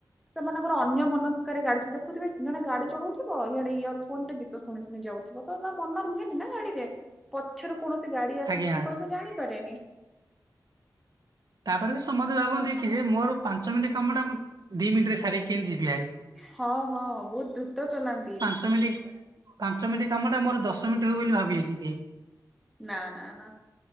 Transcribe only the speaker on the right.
ଆଜ୍ଞା
ତାପରେ ବି ସମସ୍ତେ ଭାବନ୍ତି କିରେ ମୋର ପାଞ୍ଚ ମିନିଟ କାମ ଟା ମୁ ଦି ମିିନିଟରେ ସାରିକି କେମିତି ଯିବି ହାରି।
ତମେ <unintelligible> ପାଞ୍ଚ ମିନିଟ୍ କାମଟା ମୋର ଦଶ ମିନିଟ୍ ହବ ବୋଲି ଭାବିବେନି କେଇ।